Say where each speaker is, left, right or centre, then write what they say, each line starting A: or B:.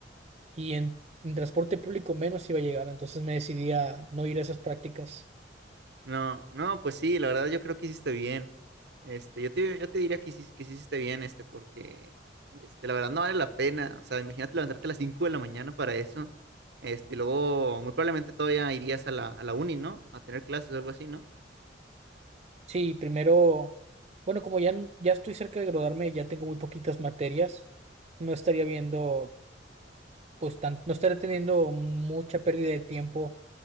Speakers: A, on the right; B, on the right.
A: y en, en transporte público menos iba a llegar, entonces me decidí a no ir a esas prácticas.
B: No, no, pues sí, la verdad yo creo que hiciste bien. Este, yo te, yo te diría que hiciste, que sí hiciste bien, este, porque, este, la verdad no vale la pena. O sea, imagínate levantarte a las 5 de la mañana para eso. Este, y luego muy probablemente todavía irías a la, a la uni, ¿no? A tener clases o algo así, ¿no?
A: Sí, primero, bueno, como ya, n- ya estoy cerca de graduarme, ya tengo muy poquitas materias, no estaría viendo, pues, tan, no estaría teniendo mucha pérdida de tiempo